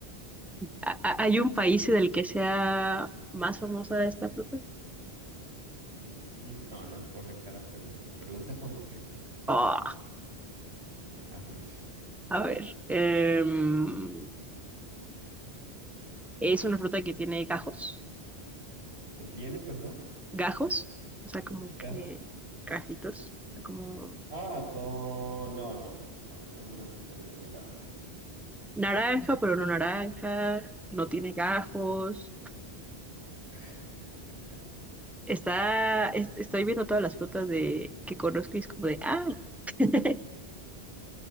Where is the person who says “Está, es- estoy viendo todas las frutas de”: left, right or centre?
Centre